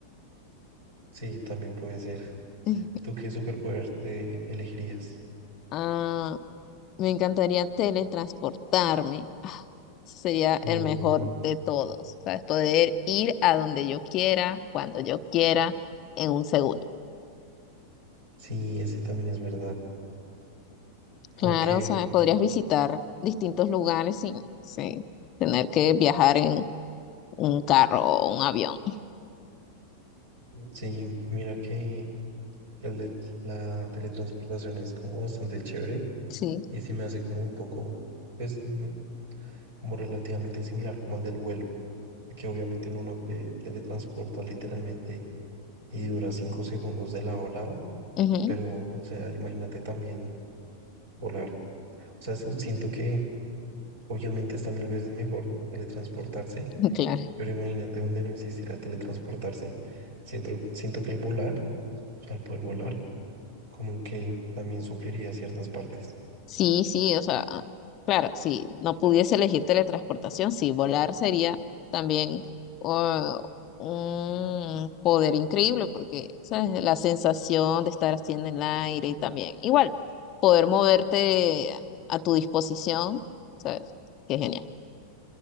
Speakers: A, on the right; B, on the left.
A: Sí, también puede ser.
B: <laughs>
A: ¿Tú qué superpoder te elegirías?
B: Ah, me encantaría teletransportarme. Ah, Sería
A: Uh,
B: el mejor de todos. ¿Sabes? Poder ir a donde yo quiera, cuando yo quiera, en un segundo.
A: sí, ese también es verdad.
B: Claro,
A: Aunque,
B: ¿sabes? Podrías visitar distintos lugares sin, sin tener que viajar en un carro o un avión.
A: sí, mira que el de la teletransportación es como bastante chévere
B: Sí,
A: y sí me hace como un poco, pues, mm, como relativamente similar como el del vuelo, que obviamente en uno te teletransporta literalmente y dura cinco segundos de lado a lado,
B: ujú,
A: pero, o sea, imagínate también volar. O sea, s- siento que obviamente está mil veces mejor teletransportarse
B: <laughs> claro.
A: Pero imagínate donde no existiera teletransportarse. Siento, siento que el volar, o sea, al poder volar, como que también supliría ciertas partes.
B: Sí, sí, o sea, claro, si no pudiese elegir teletransportación, sí, volar sería también uh, un poder increíble porque, ¿sabes? La sensación de estar así en el aire y también, igual, poder moverte a tu disposición, ¿sabes? Qué genial.